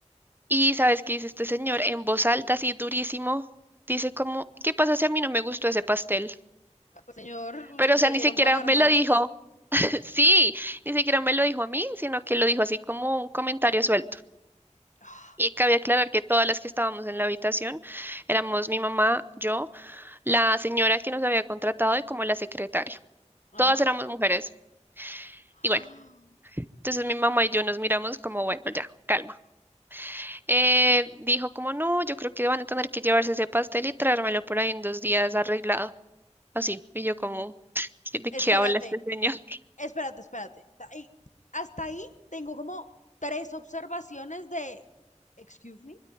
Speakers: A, on the right; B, on the left.
A: Y ¿sabes qué dice este señor? En voz alta, así durísimo, dice como, ¿qué pasa si a mí no me gustó ese pastel?
B: Ah, Pues señor,
A: Pero,
B: debieron
A: o sea, ni siquiera
B: pagar
A: me
B: más.
A: lo dijo, <laughs> sí, ni siquiera me lo dijo a mí, sino que lo dijo así como un comentario suelto.
B: Ah,
A: Y cabe aclarar que todas las que estábamos en la habitación éramos mi mamá, yo, la señora que nos había contratado y como la secretaria.
B: Ajá.
A: Todas éramos mujeres.
B: Ah,
A: Y bueno, entonces mi mamá y yo nos miramos como, bueno, ya, calma. Eh, dijo como, no, yo creo que van a tener que llevarse ese pastel y traérmelo por ahí en dos días arreglado. Así. Y yo como, <laughs> "¿Qué- ¿de qué
B: Espérate,
A: habla este señor? <laughs>
B: espérate, espérate. Ta- y Hasta ahí tengo como tres observaciones de, excuse me,